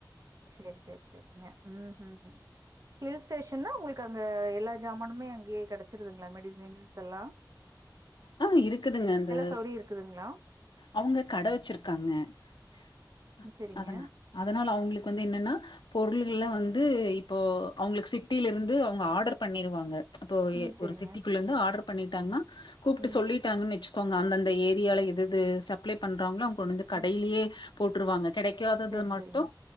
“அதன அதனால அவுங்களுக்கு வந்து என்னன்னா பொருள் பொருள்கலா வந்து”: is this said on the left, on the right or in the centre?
Left